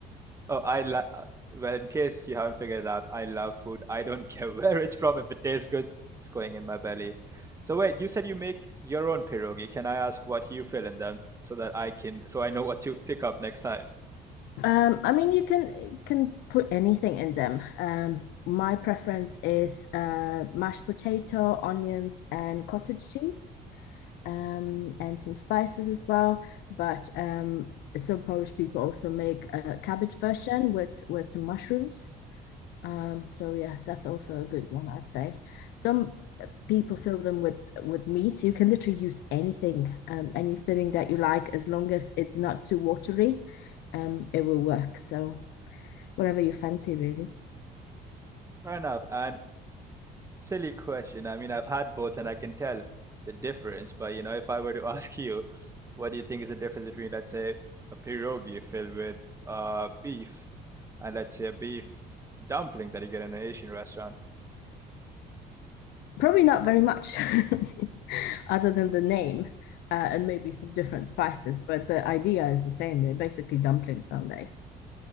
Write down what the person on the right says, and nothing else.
oh, I la uh, well, in case you haven't figured it out, I love food. I don't <laughs> care where it's from. If it tastes good, it's going in my belly. So wait, you said you make your own pierogi. Can I ask what you fill in them so that I can so I know what to pick up next time?
Fair enough. And Silly question. I mean, I've had both and I can tell the difference, but you know, if I were to <laughs> ask you, what do you think is the difference between, let's say, a pierogi filled with uh beef and let's say a beef dumpling that you get in an Asian restaurant?